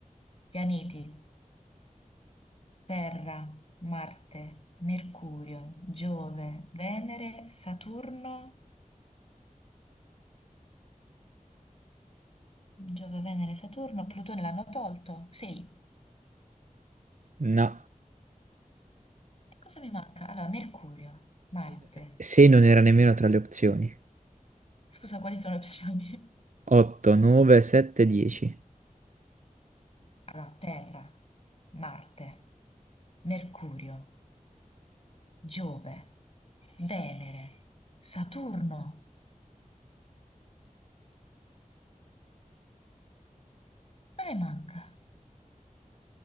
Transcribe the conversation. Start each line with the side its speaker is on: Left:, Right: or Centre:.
Left: Pianeti. Terra, Marte, Mercurio, Giove, Venere, Saturno, Giove, Venere, Saturno, Plutone l'hanno tolto? Sì.
Right: No,
Left: E cosa mi manca? Allora, Mercurio, Marte.
Right: 6, non era nemmeno tra le opzioni.
Left: Scusa, quali sono le opzioni?
Right: 8, 9, 7, 10.
Left: <laughs> Allora, Terra, Marte, Mercurio, Giove, Venere, Saturno. Quale manca?